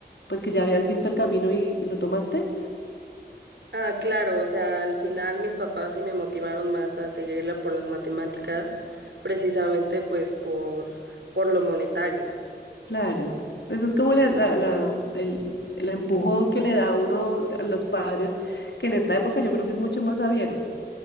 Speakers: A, on the left (about 85°); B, on the right (about 80°).
A: pues que ya habías visto el camino y lo tomaste?
B: Ah, claro, o sea, al final mis papás sí me motivaron más a seguirla por las matemáticas, precisamente pues por, por lo monetario.
A: Claro. Eso es como la, la, la- el, el empujón que le da uno a los padres, que en esta época yo creo que es mucho más abierto.